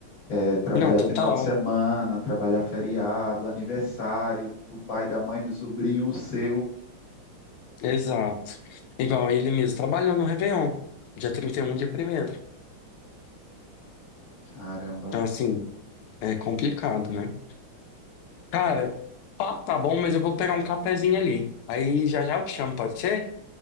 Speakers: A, on the left; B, on the left.
A: É, trabalhar
B: Não, total.
A: final de semana, trabalhar feriado, aniversário do pai, da mãe, do sobrinho, o seu.
B: Exato. Igual ele mesmo trabalhou no Réveillon, dia 31, dia 1º.
A: Caramba.
B: Então, assim, é complicado, né? Cara, papo tá bom, mas eu vou pegar um cafezinho ali. Aí já já eu te chamo, pode ser?